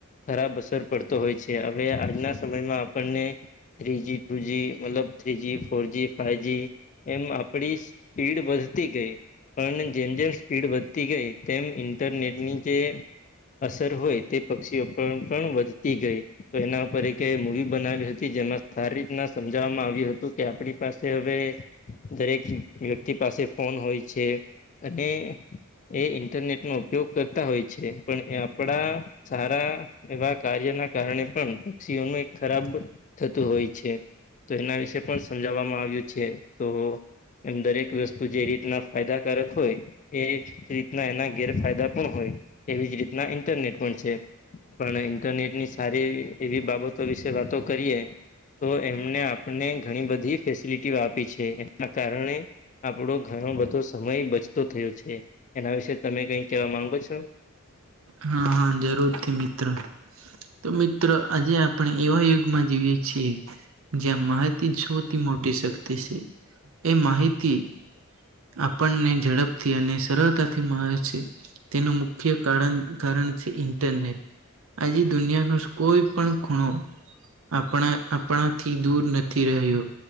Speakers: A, on the left; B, on the right.
A: ખરાબ અસર પડતો હોય છે હવે આજના સમયમાં આપણને થ્રી જી ટુ જી મતલબ three G four G five G એમ આપડી સ્પીડ વધતી ગઈ પણ જેમ જેમ સ્પીડ વધતી. તી ગઈ તેમ ઇન્ટરનેટની જે. અસર હોય તે પક્ષીઓ પણ પણ વધતી ગઈ. તો એના પર એક મુવી બનાવી હતી જેમાં સારી રીતના સમજાવામાં આવ્યું હતું કે આપડી પાસે હવે. દરેક વ્યક્તિ પાસે ફોન હોય છે અને. એ ઇન્ટરનેટનો ઉપયોગ કરતા હોય છે પણ એ આપડા. સારા એવા કાર્યના કારણે પણ પક્ષીઓનું એક ખરાબ. થતું હોય છે તો એના વિશે પણ સમજાવામાં આવ્યું છે તો. એમ દરેક વસ્તુ જે રીતના ફાયદાકારક હોય એ. રીતના એના ગેરફાયદા પણ હોય એવી જ રીતના ઇન્ટરનેટ પણ છે. પણ ઇન્ટરનેટ ની સારી એવી બાબતો વિશે વાતો કરીએ. તો એમને આપને ઘણી બધી ફેસિલિટીઓ આપી છે એના કારણે. આપણો ઘણો બધો સમય બચતો થયો છે એના વિશે તમે કઈ કેવા માંગો છો?
B: હા હા જરૂરથી મિત્ર તો મિત્ર આજે આપ પણ એવા યુગમાં જીવીએ છીએ જ્યાં માહિતી સૌથી મોટી શક તિ શે એ માહિતી. આપણને ઝડપથી અને સરળતાથી મળે છે. તેનું મુખ્ય કારણ કારણ છે ઇન્ટરનેટ. આજે દુનિયા નો કોઈ પણ ખૂણો. આપણા, આપણાથી દૂર નથી રહ્યો.